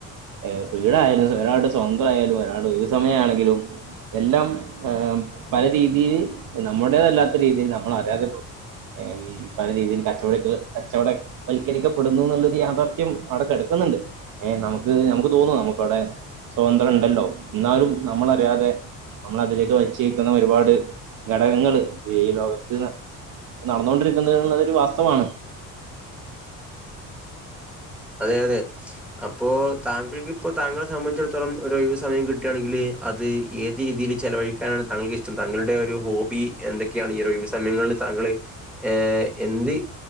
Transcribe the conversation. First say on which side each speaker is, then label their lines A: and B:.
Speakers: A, on the right; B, in the centre.
A: ഏ, ഫ്രീടായാലും, ഒരാളുടെ സ്വന്തം ആയാലും, ഒരാളുടെ ഒഴിവുസമയ ണെങ്കിലും, എല്ലാം! ഏ, പല രീതിയില്, നമ്മുടേതല്ലാത്ത രീതിയിൽ നമ്മൾ, അറിയാതെ പോ. ഏ, ഈ, പല രീതിയിൽ, കച്ചവട കച്ചവട വൽക്കരിക്കപ്പെടുന്നു. ന്ന്ള്ളരു യാഥാർത്ഥ്യം അവിടെക്കെടക്കും... ണ്ട്, ഏ, നമുക്ക് നമുക്ക് തോന്നും. നമുക്കവിടെ സ്വതന്ത്രം ണ്ടല്ലോ? ന്നാലും നമ്മളറിയാതെ. നമ്മളെ, അതിലേക്ക് വൽച്ചേയ്ക്കുന്ന ഒരുപാട് ഘടകങ്ങൾ ഈ, ലോകത്ത്.. നടന്നൊണ്ടിരിക്കുന്നത്, എന്നതൊരു വാസ്തവാണ്.
B: അതെ, അതെ, അപ്പൊ, താങ്കൾക്ക് ഇപ്പൊ, താങ്കളെ, സംബന്ധിച്ചിടത്തോളം ഒരു, ഒയിവ്, സമയം, കിട്ടാണെകില്. അ അത്, ഏത്, രീതിയില് ചെലവഴിക്കാനാണ് താങ്കൾക്ക് ഇഷ്ടം. താങ്കളുടെ, ഒരു, ഹോബി, എന്തൊക്കെയാണ്? ഈ- ഒഴിവ്സമയങ്ങളിൽ? ത താങ്കള്, ഏ, എന്ത്,